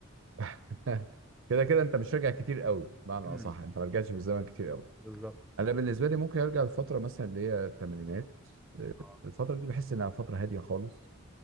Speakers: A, on the right; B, in the centre.
A: <laughs> كده كده انت مش راجع كتير قوي بمعنى
B: امم
A: اصح انت ما رجعتش بالزمن كتير قوي
B: بالظبط
A: انا بالنسبه لي ممكن ارجع لفتره مثلا اللي هي الثمانينات
B: اه
A: الفتره دي بحس انها فتره هاديه خالص